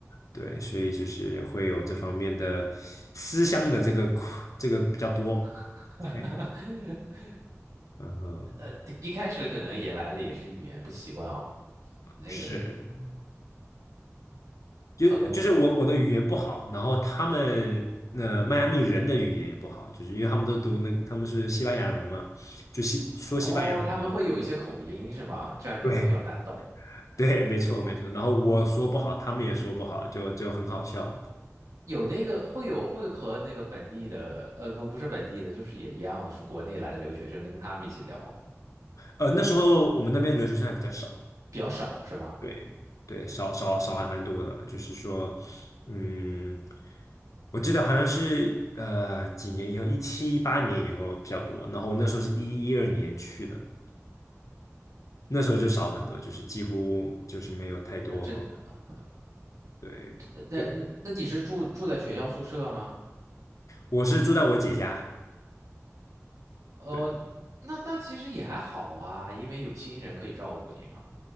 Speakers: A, on the left; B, on the right.
A: 对，所以就是会有这方面的思乡的这个苦这个比较多。
B: <laughs>
A: 对，嗯哼，
B: 呃，一开始可能也来了，也是语言不习惯哦。那个
A: 是。就就是我我的语言不好，
B: 朋友，
A: 然后他们呃迈阿密人的语言也不好，就是因为他们都读那他们是西班牙文嘛，就西说西班牙文，
B: 哦，他们会有一些口音是吗？这样你会比较难懂。
A: 对对，没错没错。
B: 哦，
A: 然后我说不好，他们也说不好，就就很好笑。
B: 有那个会有会和那个本地的，呃，不不是本地的，就是也一样是国内来的留学生，跟他们一起聊
A: 呃，那时候我们那边留学生还比较少，
B: 比较少是吗？
A: 对对，少少少还蛮多的，
B: 嗯，
A: 就是说，嗯，我记得好像是呃几年以后，一七一八年以后比较多，然后我那时候是一一二年去的。那时候就少很多，就是几乎就是没有太多。
B: 那真的，
A: 对，
B: 那那那你是住住在学校宿舍吗？
A: 有我是住在我姐家，
B: 哦，
A: 对，
B: 那那其实也还好啊，因为有亲人可以照顾你嘛。